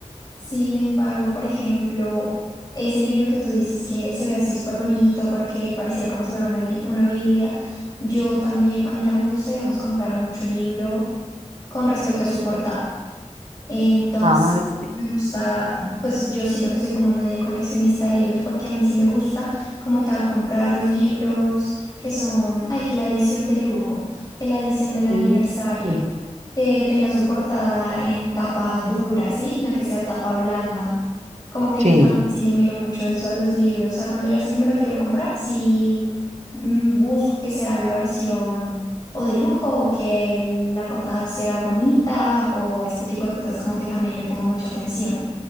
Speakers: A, on the left (about 35°); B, on the right (about 70°).
A: Sin embargo, por ejemplo, ese libro que tú dices que se ve así súper bonito porque pareciera como si fuera una, li- una Biblia, yo también, a mí también me gusta, digamos, comprar mucho libro con respecto a su portada. Entonces,
B: Ah, sí.
A: me gusta, pues yo siento que soy como medio coleccionista de libros porque a mí sí me gusta como tal comprar los libros que son, ay, que la edición de lujo, que la edición del aniversario,
B: Mm, mm.
A: que tenga su portada en tapa dura, ¿sí? No que sea tapa blanda. Como que
B: Sí,
A: yo también sí le miro mucho eso a los libros. O sea, cuando ya sé que me lo quiero comprar, sí mm, busco que sea la versión o de lujo, o que el- la portada sea bonita o este tipo de cosas, como que también le pongo mucha atención.